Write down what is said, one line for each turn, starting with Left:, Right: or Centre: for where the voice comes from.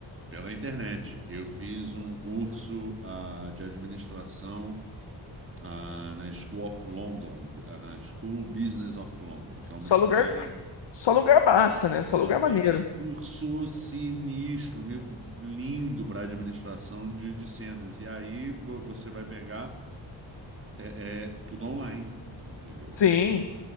Right: pela internet, eu fiz um curso ah, de administração ah, na School of London, ah, na School Business of London, que é uma
Left: só
Right: escola.
Left: lugar, só lugar massa, né? Só
Right: Só
Left: lugar
Right: fiz
Left: maneiro.
Right: curso sinistro, meio lindo para administração de, de cenas. E aí vo- você vai pegar é, é, tudo online, entendeu?
Left: Sim.